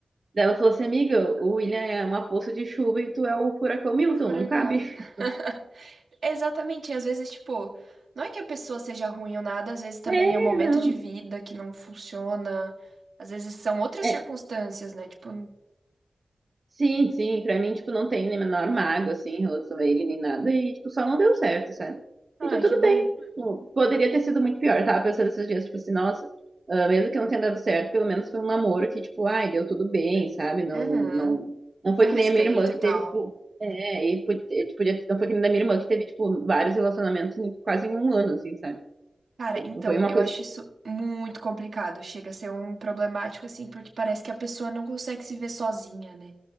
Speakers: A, on the right; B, on the right.
A: Daí Ela falou assim: Amiga, o William é uma poça de chuva e tu é o furacão Milton,
B: o furacão.
A: não cabe.
B: <laughs>
A: <laughs>
B: Exatamente, e às vezes, tipo, não é que a pessoa seja ruim ou nada, às vezes também
A: É,
B: é um momento
A: não.
B: de vida que não funciona, às vezes são outras
A: É,
B: circunstâncias, né? Tipo,
A: Sim, sim, pra mim, tipo, não tem nem menor mago, assim, em relação a ele, nem nada, e, tipo, só não deu certo, sabe?
B: ai,
A: Então, tudo
B: que bom.
A: bem. Tipo, Poderia ter sido muito pior, tava pensando esses dias, tipo assim, nossa, ah, mesmo que não tenha dado certo, pelo menos foi um namoro que, tipo, ai, deu tudo bem, sabe? Não,
B: Uhum,
A: não, não foi
B: com
A: que
B: respeito
A: nem a minha irmã que
B: e tal.
A: teve, tipo, é, e pod- e, tipo, podia, não foi que nem a da minha irmã que teve, tipo, vários relacionamentos em- quase em um ano, assim, sabe?
B: Cara,
A: Então,
B: então,
A: tipo, foi uma
B: eu
A: coisa
B: acho isso muito complicado, chega a ser um problemático, assim, porque parece que a pessoa não consegue se ver sozinha, né?